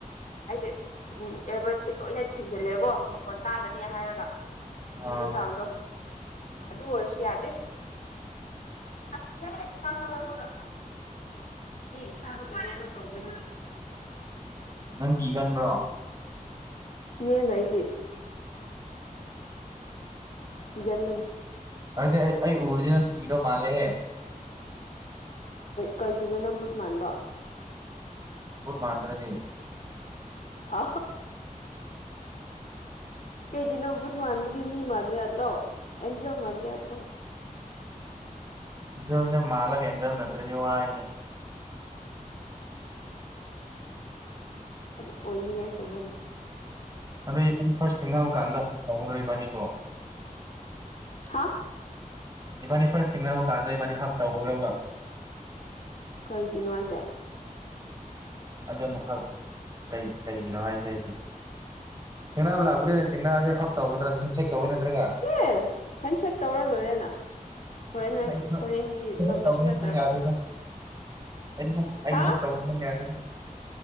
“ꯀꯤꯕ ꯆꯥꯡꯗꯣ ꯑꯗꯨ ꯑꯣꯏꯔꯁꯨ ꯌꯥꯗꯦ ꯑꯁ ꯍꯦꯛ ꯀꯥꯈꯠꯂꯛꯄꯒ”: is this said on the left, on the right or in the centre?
Left